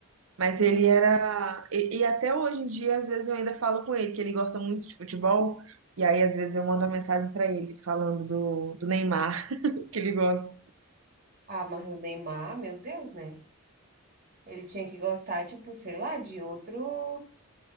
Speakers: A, on the right; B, on the right.
A: Mas ele
B: Entendi.
A: era. E, e até hoje em dia, às vezes eu ainda falo com ele, que ele gosta muito de futebol. E aí, às vezes, eu mando uma mensagem pra ele falando do, do Neymar, <laughs> que ele gosta.
B: Ah, mas o Neymar, meu Deus, né? Ele tinha que gostar, tipo, sei lá, de outro.